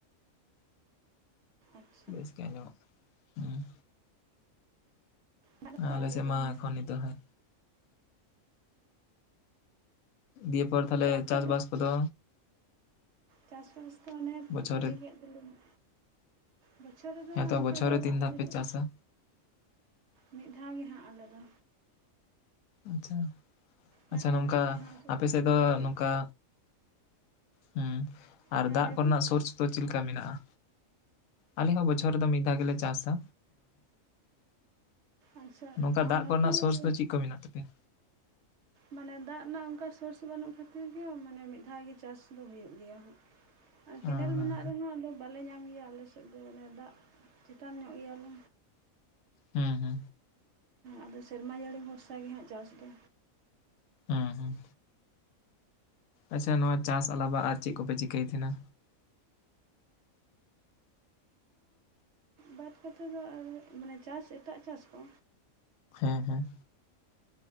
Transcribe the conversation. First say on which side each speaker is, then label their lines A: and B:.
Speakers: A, on the right (about 65°); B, on the left (about 80°).
A: ᱟᱪᱪᱷᱟ
B: ᱵᱮᱥ ᱜᱮ ᱟᱸᱡᱚᱢᱚᱜ ᱠᱟᱱᱟ ᱦᱮᱸ
A: ᱵᱟᱝᱛᱚ
B: ᱟᱞᱮ
A: ᱟᱫᱚ
B: ᱥᱮᱫ
A: ᱫᱚᱢᱮ
B: ᱢᱟ ᱮᱠᱷᱚᱱ ᱱᱤᱛ ᱦᱚᱸ ᱫᱤᱭᱮ ᱯᱚᱨ ᱛᱟᱦᱞᱮ
A: ᱛᱚ ᱟᱯᱮ
B: ᱪᱟᱥ ᱵᱟᱥ ᱠᱚᱫᱚ
A: ᱪᱟᱥ ᱵᱟᱥ ᱫᱚ ᱚᱱᱮ
B: ᱵᱚᱪᱷᱚᱨ
A: ᱞᱟᱹᱭ
B: ᱨᱮ
A: ᱠᱮᱫ ᱫᱚᱞᱤᱧ ᱵᱚᱪᱷᱚᱨ ᱨᱮᱫᱚ
B: ᱦᱮᱸᱛᱚ
A: ᱚᱱᱠᱟ
B: ᱵᱚᱪᱷᱚᱨ
A: ᱫᱚ
B: ᱨᱮ ᱛᱤᱱ
A: ᱟᱞᱮ
B: ᱫᱷᱟᱣ ᱯᱮ
A: ᱫᱚ
B: ᱪᱟᱥᱟ
A: ᱢᱤᱫ ᱫᱷᱟᱣ ᱜᱮᱦᱟᱸᱜ ᱟᱞᱮ ᱫᱚ
B: ᱟᱪᱪᱷᱟ
A: ᱱᱚᱜᱼᱚᱭ
B: ᱟᱪᱪᱷᱟ ᱱᱚᱝᱠᱟ
A: ᱱᱤᱛᱚᱜ ᱡᱟᱦᱟᱸ ᱟᱥᱟᱲ
B: ᱟᱯᱮ
A: ᱵᱚᱸᱜᱟ
B: ᱥᱮᱫ ᱫᱚ
A: ᱤᱱᱟᱹᱜᱮ
B: ᱱᱚᱝᱠᱟ ᱦᱩᱸ ᱟᱨ
A: ᱦᱮᱸ
B: ᱫᱟᱜ
A: ᱞᱟᱹᱭ
B: ᱠᱚ
A: ᱵᱤᱱ
B: ᱨᱮᱱᱟᱜ ᱥᱳᱨᱥ ᱫᱚ ᱪᱮᱞᱠᱟ ᱢᱮᱱᱟᱜᱼᱟ ᱟᱞᱮ ᱦᱚᱸ ᱵᱚᱪᱷᱚᱨ ᱨᱮᱫᱚ ᱢᱤᱫ ᱫᱷᱟᱣ ᱜᱮᱞᱮ ᱪᱟᱥᱟ
A: ᱟᱪᱪᱷᱟ
B: ᱱᱚᱝᱠᱟ
A: ᱟᱨ
B: ᱫᱟᱜ
A: ᱱᱚᱛᱮ
B: ᱠᱚᱨᱮᱱᱟᱜ
A: ᱦᱚᱸ
B: ᱥᱳᱨᱥ ᱫᱚ ᱪᱮᱫ ᱠᱚ ᱢᱮᱱᱟᱜ ᱛᱟᱯᱮᱭᱟ
A: ᱢᱟᱱᱮ ᱫᱟᱜ ᱨᱮᱱᱟᱜ ᱚᱱᱠᱟ ᱥᱳᱨᱥ ᱵᱟᱹᱱᱩᱜ ᱠᱚ ᱠᱷᱟᱹᱛᱤᱨ ᱜᱮ ᱢᱟᱱᱮ ᱢᱤᱫ ᱫᱷᱟᱣ ᱜᱮ ᱪᱟᱥ ᱫᱚ ᱦᱩᱭᱩᱜ ᱜᱮᱭᱟ ᱦᱟᱸᱜ ᱟᱨ
B: ᱦᱮᱸ
A: ᱠᱮᱱᱮᱞ
B: ᱦᱮᱸ
A: ᱢᱮᱱᱟᱜ ᱨᱮᱦᱚᱸ ᱟᱫᱚ ᱵᱟᱞᱮ ᱧᱟᱢ ᱜᱮᱭᱟ ᱟᱞᱮ ᱥᱮᱫ ᱫᱚ ᱚᱱᱮ ᱫᱟᱜ ᱪᱮᱛᱟᱱ ᱧᱚᱜ ᱜᱮᱭᱟᱞᱮ
B: ᱦᱩᱸ ᱦᱩᱸ
A: ᱟᱫᱚ ᱥᱮᱨᱢᱟ ᱡᱟᱹᱲᱤ ᱵᱷᱚᱨᱥᱟ ᱜᱮ ᱦᱟᱸᱜ ᱪᱟᱥ ᱫᱚ
B: ᱩᱦᱩᱸ ᱟᱪᱪᱷᱟ ᱱᱚᱣᱟ ᱪᱟᱥ ᱟᱞᱟᱵᱟ ᱟᱨ ᱪᱮᱫ ᱠᱚᱯᱮ ᱪᱤᱠᱟᱹᱭ ᱛᱟᱦᱮᱱᱟ
A: ᱵᱟᱹᱫᱷ ᱠᱚᱛᱮ ᱫᱚ ᱟᱨ ᱢᱟᱱᱮ ᱪᱟᱥ ᱮᱴᱟᱜ ᱪᱟᱥ ᱠᱚ
B: ᱦᱮᱸ ᱦᱮᱸ